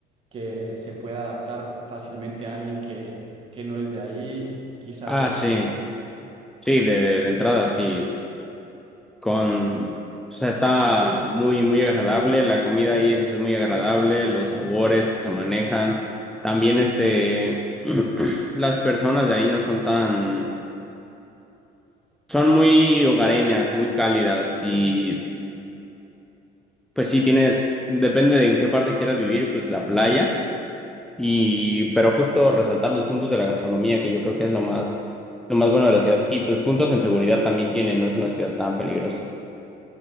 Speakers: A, on the right (about 35°); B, in the centre.
A: que se pueda adaptar fácilmente a alguien que, que no es de ahí, quizás
B: Ah,
A: el...
B: sí,
A: cli-
B: sí, de, de entrada sí. Con, o sea, está muy, muy agradable. La comida ahí pues, es muy agradable, los sabores que se manejan. También, este, <clears throat> las personas de ahí no son tan, son muy hogareñas, muy cálidas y pues sí tienes, depende de en qué parte quieras vivir, pues la playa. Y, pero justo resaltar los puntos de la gastronomía, que yo creo que es lo más, lo más bueno de la ciudad. Y pues puntos en seguridad también tiene, no es una ciudad tan peligrosa.